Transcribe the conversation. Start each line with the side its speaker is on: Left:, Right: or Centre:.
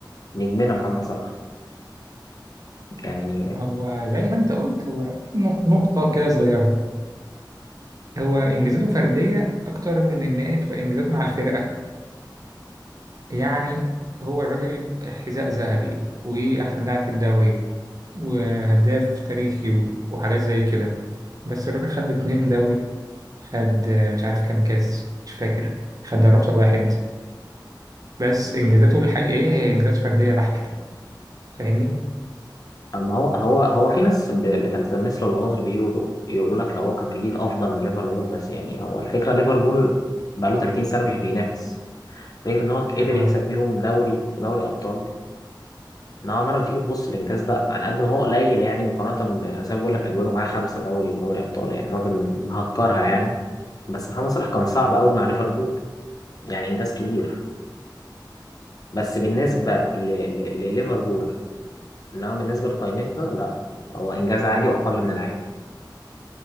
Left: نجمنا محمد صلاح يعني
Right: هو زي ما انت قلت هو في نق- نقطة كده صغيرة هو انجازاته فردية اكتر من ان هي تبقى انجازات مع الفرقة يعني هو الراجل حذاء ذهبي واحسن لاعب في الدوري وهداف تاريخي و- وحاجات زي كده بس الراجل خد اتنين دوري خد آه، مش عارف كام كاس مش فاكر خد دوري ابطال واحد بس انجازاته الحقيقية هي انجازات فردية بحتة فاهمني
Left: اما هو هو هو في ناس ب- بتلتمس له العذر بيقولوا يقولوا لك لو هو كان في جيل افضل من ليفربول بس يعني هو الفكرة ليفربول بقى له 30 سنة مش بينافس غير ان هو قدر
Right: اه
Left: يكسب بيهم دوري ودوري ابطال نوعا ما لما تيجي تبص الانجاز ده على قد ما هو قليل يعني مقارنة ب- زي ما بقول لك اجويرو معاه خمسة دوري ودوري ابطال يعني راجل مهكرها يعني بس محمد صلاح كان صعب قوي مع ليفربول يعني انجاز كبير بس بالنسبة ل... ل... لليفربول إنما بالنسبة لقائمتنا لا هو إنجاز عادي وأقل من العادي